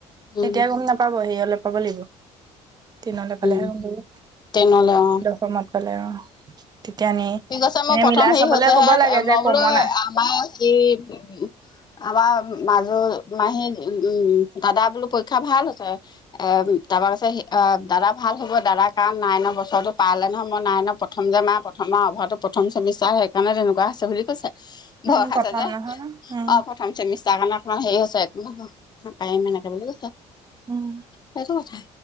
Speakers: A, on the left (about 30°); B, on the right (about 30°).
A: উম
B: এতিয়া গম নাপাব সে হলে পাব লাগিব টেনলৈ পালেহে
A: উম
B: গম পাব
A: ট্ৰেইনলে অ
B: দশমত পালে অ তেতিয়া নি
A: ঠিক আছে মোৰ
B: এনে
A: প্ৰথম
B: মিলাই
A: হেৰি
B: চাবলে
A: হৈছেহে
B: ক'ব লাগে যে
A: মই
B: কমন
A: বোলো
B: আ
A: আমাৰ হে উ আমাৰ মাজৰ মাহী উম দাদা বোলো পৰীক্ষা ভাল হৈছে এ তাৰপা কছে দাদা ভাল হ'ব দাদা কাৰণ নাইনৰ বছৰটো পাৰালে নহয় মই নাইনৰ প্ৰথম যে মাৰ আমাৰ অভাৰটো প্ৰথ চেমিষ্টাৰ সেইকাৰণে তেনেকুৱা আছে বুলি কৈছে
B: উম
A: ভয় খাইছে
B: প্ৰথম
A: যে
B: নহয় উম
A: অ প্ৰথম চেমিষ্টাৰ অ সেৰা হৈছে একো ন পাৰিম এনেকে বুলি কৈছে
B: উম
A: সেইটো কথা